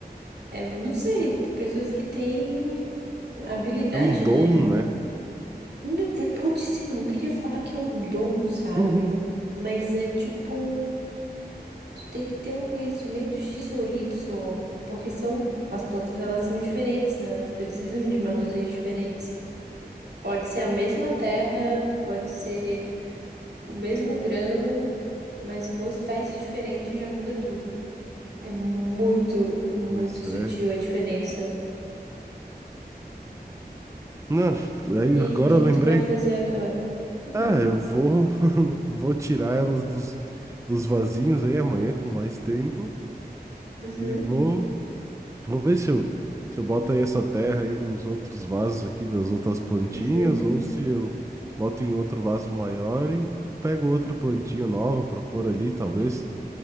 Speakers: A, on the right; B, on the right.
A: É, não sei, tem pessoas que têm habilidade,
B: É um dom,
A: né?
B: né?
A: Não, é, pode ser, eu não queria falar que é um dom, sabe?
B: <laughs>
A: Mas é tipo. um tu tem que ter um conhecimento X ou Y, porque são as plantas elas são diferentes, né? Elas precisam de manuseios diferentes. Pode ser a mesma terra, pode ser o mesmo grão, mas se for espécie diferente já muda tudo. É muito, muito
B: Pois
A: sutil
B: é.
A: a diferença.
B: Não, aí
A: E aí,
B: agora
A: o que
B: eu lembrei.
A: que tu vai fazer agora? Hum,
B: Ah, eu vou, <laughs> vou tirar elas dos, dos vasinhos aí amanhã com mais tempo
A: uhum,
B: e vou, vou ver se eu, se eu boto aí essa terra aí nos outros vasos aqui das outras plantinhas
A: uhum,
B: ou se eu boto em outro vaso maior e pego outra plantinha nova para pôr ali, talvez.